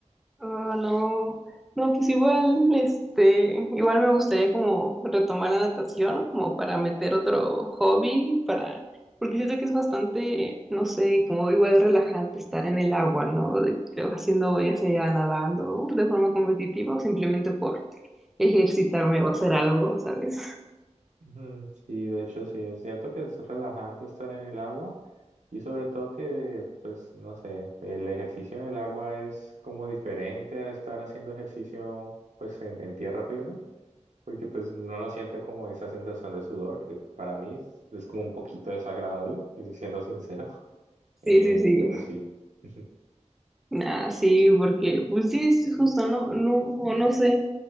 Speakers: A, in the centre; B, on the right.
A: Ah, no, no, pues igual, este, igual me gustaría como retomar la natación, como para meter otro hobby, para, porque siento que es bastante, no sé, como igual relajante estar en el agua, ¿no? De- haciendo, ya sea nadando de forma competitiva o simplemente por ejercitarme o hacer algo, ¿sabes?
B: Ujú, Sí, de hecho sí, es cierto que es relajante estar en el agua y sobre todo que, pues, no sé, el ejercicio en el agua es como diferente a estar haciendo ejercicio, pues, en, en tierra firme, porque pues uno no siente como esa sensación de sudor, que para mí es, es como un poquito desagradable, si- si siendo sincero, <laughs> Eh,
A: Sí, sí, sí.
B: pero sí. <laughs>
A: Nah, sí, porque, pues sí, es justo, no, no, o no sé,